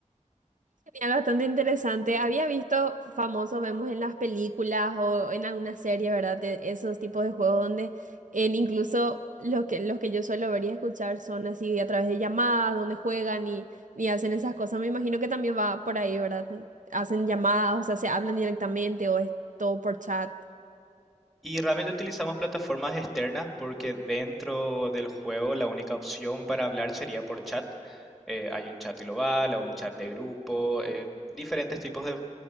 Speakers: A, on the right; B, in the centre.
A: Genial, bastante interesante. Había visto famoso, vemos en las películas o en alguna serie, ¿verdad? De esos tipos de juegos donde en incluso los que, los que yo suelo ver y escuchar son así a través de llamadas, donde juegan y, y hacen esas cosas. Me imagino que también va por ahí, ¿verdad? Hacen llamadas, o sea, se hablan directamente o es todo por chat.
B: Y realmente utilizamos plataformas externas porque dentro del juego la única opción para hablar sería por chat. Eh, hay un chat global o un chat de grupo, eh, diferentes tipos de